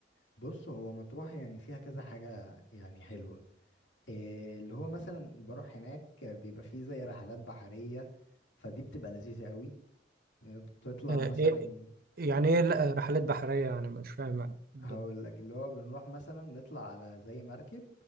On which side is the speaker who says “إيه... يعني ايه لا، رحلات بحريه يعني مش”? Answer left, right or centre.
Right